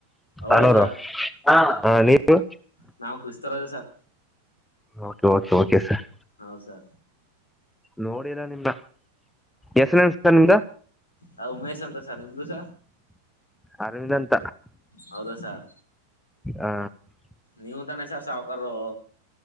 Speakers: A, on the left; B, in the centre.
A: ಹೌದು
B: ಆನೂರು
A: ಸರ್
B: ಹ
A: ಹಾ ಹಾ
B: ನೀವು
A: ನಾವು Kristaraja sir
B: okay okay okay sir
A: ಹೌಸಾ
B: ನೋಡಿರ ನಿಮ್ಮ ಎಷ್ಟನೆನ್ತ ನಿಮ್ದ
A: ಹ ಉಮೇಶ್ ಅಂತಸ ನಿಮ್ದುಸ
B: ಅರವಿಂದ ಅ
A: ಹೌದ ಸರ್
B: ಆ,
A: ನೀವುಂತಾನೆ ಸರ್ ಸಾವಕಾರು